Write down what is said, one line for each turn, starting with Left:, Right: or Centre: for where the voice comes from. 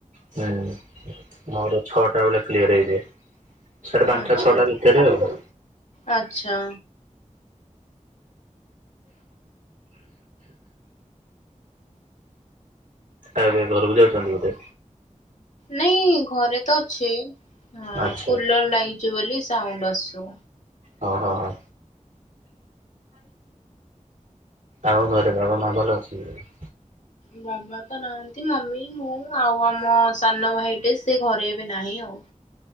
Right: ହୁଁ ମୋର ଛଅଟା ବେଳେ କ୍ଲିୟର ହେଇଯାଏ। ସାଢେ ପାଞ୍ଚଟା
Left: ଆଚ୍ଛା
Right: ଛଅଟା ଭିତରେ ଆଉ।
Left: ଆଚ୍ଛା
Right: ଆଉ ଏ ଘରକୁ ଯାଉଛନ୍ତି ଗୋଟେ।
Left: ନାଇଁ ଘରେ ତ ଅଛି ହଁ
Right: ଆଚ୍ଛା
Left: କୁଲର ଲାଗିଛି ବୋଲି ସାଉଣ୍ଡ ଆସୁ
Right: ହଁ ହଁ ହଁ ଆମ ଘରେ ବାବାା ମାଆ ଭଲ ଅଛନ୍ତି।
Left: ବାବା ତ ନାହାନ୍ତି ମମି ମୁଁ ଆଉ ଆମ ସାନ ଭାଇଟେ ସେ ଘରେ ଏବେ ନାହିଁ ଆଉ।